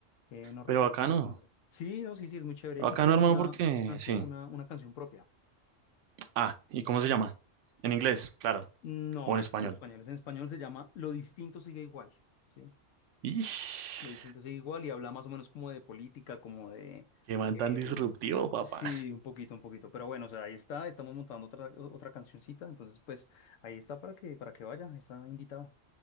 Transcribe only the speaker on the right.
Pero acá no.
Acá
no, hermano,
porque
sí.
Ah, ¿y cómo se llama? En inglés, claro.
O
en español.
Ish,
qué man
tan disruptivo, papá.